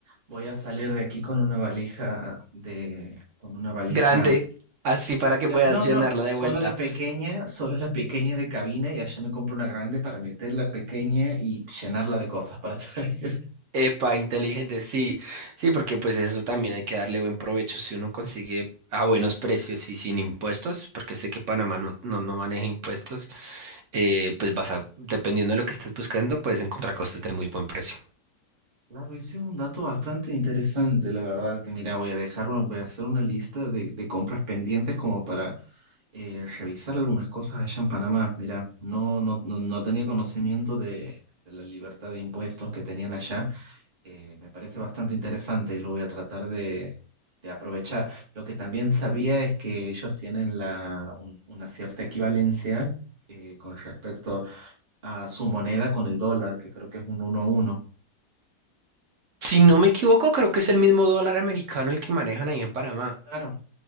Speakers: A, on the right; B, on the right.
A: Voy a salir de aquí con una valija de, con una valija.
B: grande, así para que
A: eh,
B: puedas
A: No,
B: llenarla
A: no,
B: de
A: solo
B: vuelta.
A: la pequeña, solo la pequeña de cabina y allá me compro una grande para meter la pequeña y llenarla de cosas para <laughs> traer.
B: Epa, inteligente, sí, sí, porque pues eso también hay que darle buen provecho si uno consigue a buenos precios y sin impuestos, porque sé que Panamá no, no, no maneja impuestos, eh, pues vas a, dependiendo de lo que estés buscando, puedes encontrar cosas de muy buen precio.
A: Claro, ese es un dato bastante interesante, la verdad, que mira, voy a dejar, una- voy a hacer una lista de, de compras pendientes como para eh, revisar algunas cosas allá en Panamá. Mira, no, no, no, no tenía conocimiento de, de la libertad de impuestos que tenían allá. Eh, me parece bastante interesante y lo voy a tratar de, de aprovechar. Lo que también sabía es que ellos tienen la, un- una cierta equivalencia eh, con respecto a su moneda con el dólar, que creo que es un uno a uno.
B: Si no me equivoco, creo que es el mismo dólar americano el que manejan ahí en Panamá.
A: Claro,